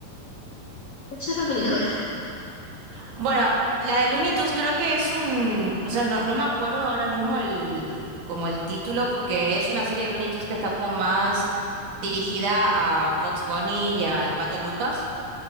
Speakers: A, on the left; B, on the right.
A: Hace rato que no <laughs> veo.
B: Bueno, la de Looney Tunes creo que es un, o sea, no, no me acuerdo ahora mismo el, como el título, porque es una serie de Looney Tunes que está como más dirigida a Vox Bunny y al Pato Lucas,